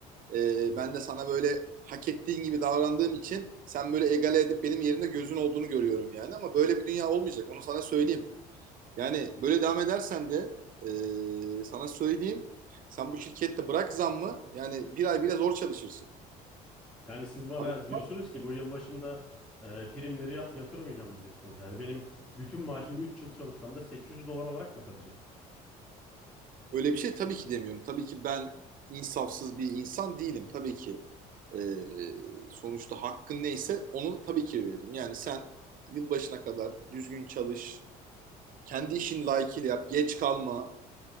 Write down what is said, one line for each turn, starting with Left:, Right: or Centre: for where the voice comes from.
Right: Ee,
Centre: Hı
Right: ben de sana böyle hak ettiğin gibi davrandığım için sen böyle egale edip benim yerimde gözün olduğunu görüyorum yani. Ama böyle bir dünya olmayacak. Onu sana söyleyeyim. Yani böyle devam edersen de ee, sana söyleyeyim. Sen bu şirkette bırak zammı yani bir ay bile zor çalışırsın.
Centre: Yani siz bana
Right: Haberin
Centre: diyorsunuz ki bu yıl başında e, primleri yat yatırmayacağım mı diyorsunuz? Yani benim bütün maaşım 3 yıl çalışsam da 800 dolar olarak mı kalacak?
Right: Öyle bir şey tabii ki demiyorum. Tabii ki ben insafsız bir insan değilim. Tabii ki e, sonuçta hakkın neyse onu tabii ki veririm. Yani sen yılbaşına kadar düzgün çalış, kendi işini layıkıyla yap, geç kalma,